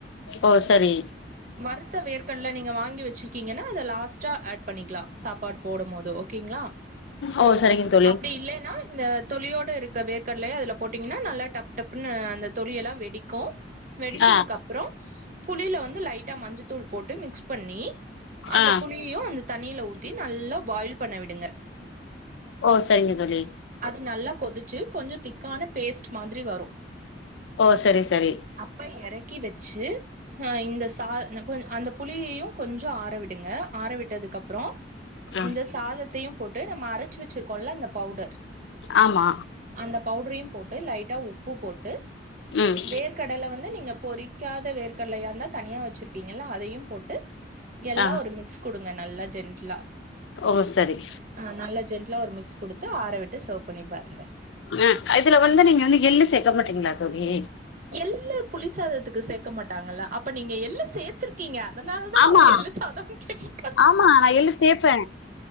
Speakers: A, on the left; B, on the right.
A: ஓ சரி
B: வருத்த வேர்கற்கடல நீங்க வாங்கி வெச்சிருக்கீங்கன்னா அத லாஸ்ட்டா ஆட் பண்ணிக்லா சாப்பாடு போடு போது ஓகேங்களா
A: ஓ சரிங்க தோழி
B: அப்டி இல்லேன்னா இந்த தொளியோட இருக்க வேர்க்கடலய அதுல போட்டீங்கன்னா நல்லா டப் டப்புன்னு அந்த தொலியெலா வெடிக்கோ வெடிச்சதுக்கு
A: ஆ
B: அப்புறோ புளியில வந்து லைட்டா மஞ்சத்தூள் போட்டு மிக்ஸ் பண்ணி அந்த
A: ஆ
B: புளியு அந்த தண்ணியில ஊத்தி நல்லா பாயில் பண்ண விடுங்க
A: ஓ சரிங்க தோழி
B: அது நல்லா கொதிச்சு கொஞ்சோ திக்கான பேஸ்ட் மாதிரி வரு
A: ஓ சரி சரி
B: அப்ப எறக்கி வெச்சு ஆ இந்த சி தா ந்த கொஞ் அந்த புளியையு கொஞ்சோ ஆறவிடுங்க ஆற விட்டதுக்கு அப்புறோ
A: ஆ
B: இந்த சாதத்தையு போட்டு நம்ம அரச்சு வெச்சிருக்கோல அந்த பவுடர்
A: ஆமா
B: அந்த பவுடரையு போட்டு லைட்டா உப்பு போட்டு
A: ம்
B: வேர் கடல வந்து நீங்கப் பொறிக்காத வேர்கடலையா இருந்தா தனியா வெச்சிருப்பீங்களா அதையு போட்டு எல்லா
A: ஆ
B: ஒரு மிக்ஸ் குடுங்க நல்லா ஜென்ட்லா
A: ஓ செரி
B: ஆ நல்லா ஜென்ட்லா ஒரு மிக்ஸ் குடுத்து ஆற விட்டு சர்வ் பண்ணி பாருங்க
A: ம் இதுல வந்து நீங்க வந்து எள்ளு சேக்க மாட்டீங்களா தோழி
B: எள்ளு புளிசாதத்துக்கு சேக்க மாட்டாங்கல்ல அப்ப நீங்க எள்ளு சேத்துரு கீங்க அதனால தா
A: ஆமா
B: அவுரு எள்ளு சாதம்னு கேட்ருக்காரு
A: ஆமா நா எள்ளு சேப்பே